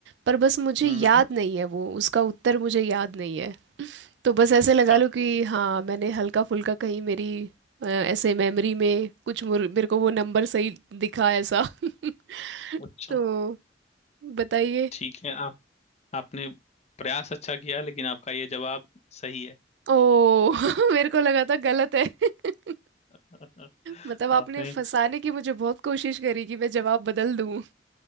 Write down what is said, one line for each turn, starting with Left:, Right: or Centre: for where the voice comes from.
Right: पर बस मुझे
Left: हम्म
Right: याद
Left: हम्म,
Right: नहीं है वो उसका उत्तर मुझे याद नहीं है तो बस ऐसे लगा
Left: अच्छा
Right: लो कि हाँ मैंने हल्का फुल्का कहीं मेरी अ, ऐसे मेमोरी में कुछ मुर- मेरे को वो नंबर सही दिखा ऐसा <laughs>
Left: अच्छा
Right: तो बताइए
Left: ठीक है आप आपने प्रयास अच्छा किया लेकिन आपका ये जवाब सही है
Right: ओ <laughs> मेरे को लगा था गलत है <laughs>
Left: <laughs>
Right: मतलब आपने
Left: आपने
Right: फंसाने की मुझे बहुत कोशिश करी कि मैं जवाब बदल दूं